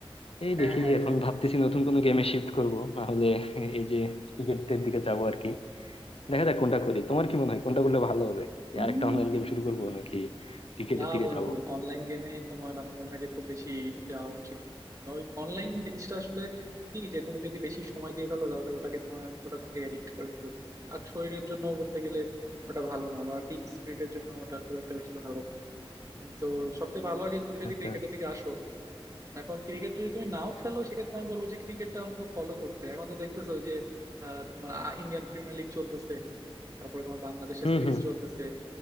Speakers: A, on the left (about 75°); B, on the right (about 35°).
A: এই
B: হ্যাঁ
A: দেখি
B: হ্যাঁ
A: এখন ভাবতেছি নতুন কোনো গেমে শিফট করব না হলে এই যে ক্রিকেটের দিকে যাবো আর কি দেখা যাক কোনটা করি তোমার কি মনে হয় কোনটা করলে ভালো হবে কি
B: হ্যাঁ
A: আরেকটা অনলাইন গেম শুরু করবো নাকি ক্রিকেটের
B: না
A: দিকে
B: বন্ধু
A: যাবো
B: অনলাইন গেমে তোমার আমার মনে হয় যে খুব বেশি যাওয়া উচিত না। ওই অনলাইন জিনিসটা আসলে কি যে তুমি যদি বেশি সময় দিয়ে ফেলো তাহলে ওটাকে তোমার ওটা তোমাকে এডিক্ট করে ফেলবে আর শরীরের জন্য বলতে গেলে ওটা ভালো না বা টিম স্পিরিটের জন্য ওটা খুব একটা বেশি ভালো না উম, তো সবচেয়ে ভালো হয় যে তুমি যদি
A: আচ্ছা
B: ক্রিকেটের
A: আচ্ছা
B: দিকে আসো এখন ক্রিকেট যদি তুমি নাও খেলো সেক্ষেত্রে আমি বলবো যে ক্রিকেটটা অন্তত ফলো করতে এখন তো দেখতেছো ওই যে আহ, তোমার ইন্ডিয়ান প্রিমিয়ার লিগ চলতেছে তারপরে তোমার বাংলাদেশের
A: হুম
B: সিরিজ
A: হুম
B: চলতেছে